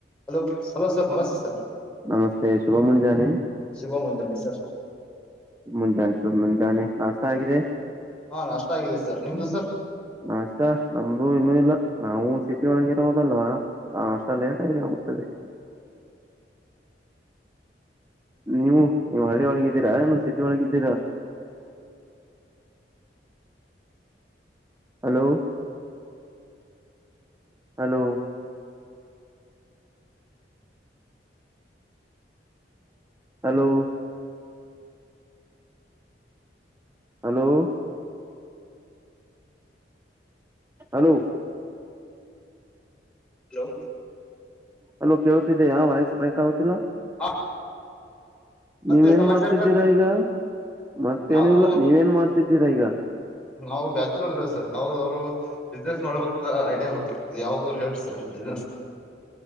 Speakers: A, in the centre; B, on the right (about 15°).
A: Hello hello sir ನಮಸ್ತೆ sir
B: ನಮಸ್ತೆ ಶುಭ ಮುಂಜಾನೆ
A: ಶುಭ ಮುಂಜಾನೆ ಸರ್
B: ಮುಂಜಾನೆ ಶುಭ ಮುಂಜಾನೆ ನಾಷ್ಟ ಆಗಿದೆ
A: ಹಾ ನಷ್ಟ ಆಗಿದೆ ಸರ್ ನಿಮ್ದು ಸರ್
B: ನಾಷ್ಟ ನಮ್ದು ಇನ್ನು ಇಲ್ಲ ನಾವು ಸಿಟಿ ತಿಳಗಿರೋದಲ್ವಾ ನಾಷ್ಟ ಲೇಟ್ ಆಗಿ ಆಗುತ್ತದೆ <unintelligible> ನೀವು ನೀವು ಹಳ್ಳಿ ಒಳಗಿದ್ದೀರಾ ಏನು ಸಿಟಿ ಒಳಗಿದ್ದೀರಾ hello hello hello hello hello
A: hello
B: hello ಕೇಳತಿದ್ದೆಯಾ ವಯಸ್ ಬ್ರೇಕ್ ಆಗತಿಲ್ಲ
A: ಹಾ, ಮತ್ತೆ
B: ನೀವೇನ್
A: ಸಮಾಚಾರ
B: ಮಾಡ್ತಿದ್ದೀರಾ
A: ಸರ್
B: ಈಗ ಮತ್ತೇನು
A: ನಾವು
B: ಇಲ್ಲ ನೀವೇನ್ ಮಾಡ್ತಿದ್ದೀರಾ ಈಗ
A: ನಾವು ಬ್ಯಾಚುಲರ್ ಇದವ ಸರ್ ಅವರ ಅವರು ಬಿಸ್ನೆಸ್ ಮಾಡಬೇಕ್ತ ಐಡಿಯಾ ಹುಡ್ಕಕ್ತದೆ ಯಾವ್ರು ಹೇಳಸ್ರ ಬಿಸ್ನೆಸ್